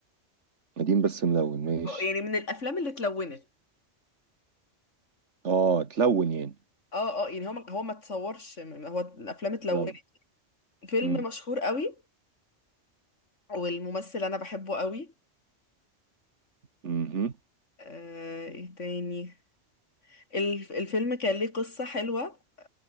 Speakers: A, on the right; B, on the left.
A: قديم بس ملون ماشي
B: آه، يعني من الافلام اللي اتلونت
A: اه تلون يعني
B: اه اه يعني هو ما- هو ما اتصورش م- هو الافلام اتلونت
A: تلون
B: فيلم
A: امم
B: مشهور قوي والممثل انا بحبه قوي
A: امم
B: آه... ايه تاني الف... الفيلم كان ليه قصة حلوة